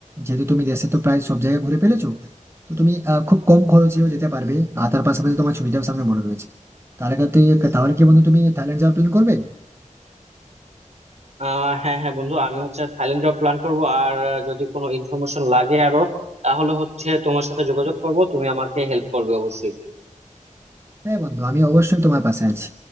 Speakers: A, on the right (about 20°); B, on the right (about 55°).
A: যেহেতু তুমি দেশে তো প্রায় সব জায়গায় ঘুরে ফেলেছো তো তুমি আহ, খুব কম খরচেও যেতে পারবে আর তার পাশাপাশি তোমার ছুটিটাও সামনে বড় রয়েছে তাহলে কি তুই তাহলে কি বন্ধু তুমি থাইল্যান্ড যাওয়ার প্ল্যান করবে
B: আহ হ্যাঁ হ্যাঁ বন্ধু আমি হচ্ছে থাইল্যান্ড যাওয়ার প্ল্যান করব আর আহ, যদি কোনো ইনফরমেশন লাগে আরো তাহলে হচ্ছে তোমার সাথে যোগাযোগ করব তুমি আমাকে হেল্প করবে অবশ্যই
A: হ্যাঁ বন্ধু আমি অবশ্যই তোমার পাশে আছি